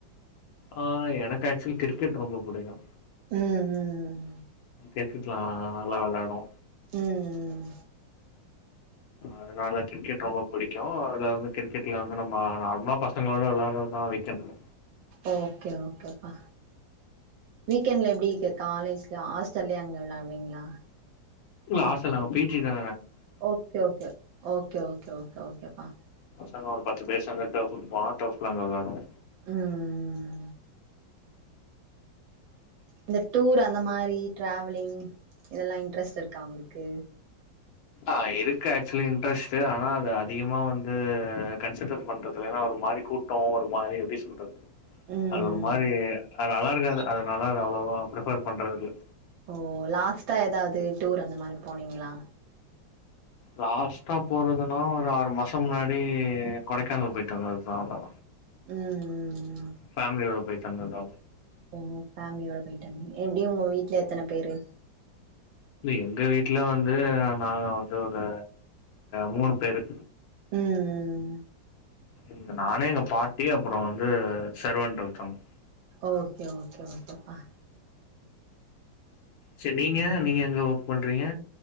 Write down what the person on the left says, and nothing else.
ஆ எனக்கு ஆக்சுவலி கிரிக்கெட் ரொம்ப பிடிக்கு
கிரிக்கெட்லா நல்லா விளயாடு
அதனால கிரிக்கெட் ரொம்ப பிடிக்கு இதுல வந்து கிரிக்கெட்ல வந்து நம்ம நார்மலா பசங்களோட விளாடுறதுதா வீக் டைம்ல
இல்ல ஹாஸ்டல் நாங்க பீ டி தா
பசங்க ஒரு பத்து பேர் சேந்து டோஃப்க்கு போனா டோஃப்ல வெளாடுவோ
ஆ இருக்கு ஆக்சுவலி இன்ட்ரெஸ்ட்டு ஆனா அது அதிகமா வந்து கன்சிடர் பண்றதுல ஏன்னா ஒரு மாரி கூட்டோ ஒரு மாரி எப்டி சொல்றது
அது ஒரு மாரி அது நல்லா இருக்காது அதனால அத அவ்வளவா பிரிபேர் பண்றது இல்ல
லாஸ்டா போறதுன்னா ஒரு ஆறு மாசம் முன்னாடி கொடைக்கானல் போயிட்டு வந்ததுதா அதா
ஃபேமிலியோட போய் தந்ததா
எங்க வீட்ல வந்து நாங்க வந்து ஒரு மூனு பேரு
ங்க நானே எங்க பாட்டி அப்புறோ வந்து செர்வண்ட் ஒருத்தவங்க
சேரி நீங்க நீங்க எங்க ஒர்க் பண்றீங்க